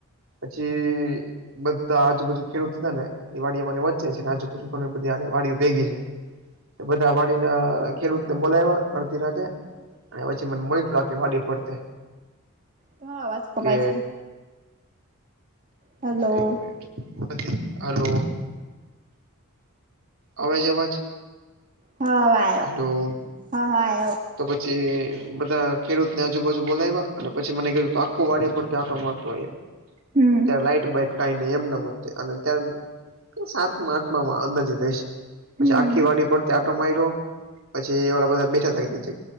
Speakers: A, on the right; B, on the right.
A: પછી બધા આજુબાજુ ખેડૂત હતા ને એ વાડીને વચે છે આજુબાજુ ઘણી બધી વાડીઓ ભેગી છે બધા વાડી ના ખેડૂતને બોલાવ્યા અડધી રાતે અને પછી મને મોકખ વાડી પડતે
B: તરો આવાજ કપાય
A: કે
B: છે. હાલો.
A: એક મિનિટ હલો અ છે અવાજ
B: હ વા
A: હલો
B: હા હા આયો.
A: તો પછી બધા ખેડૂતને આજુબાજુ બોલાવ્યા અને પછી મને કીધું આખું વાડી પર આખો આટો મારતો એમ.
B: હમ
A: અ લાઈટ બ કઈ નહી એમના મ અને ત્યારે સાતમા આઠમા માં અંદાજે થઈશ. પછી
B: હમ
A: આખી વાડી પર આટો મારી્યો પછી એ વાળ બધા બેઠા ત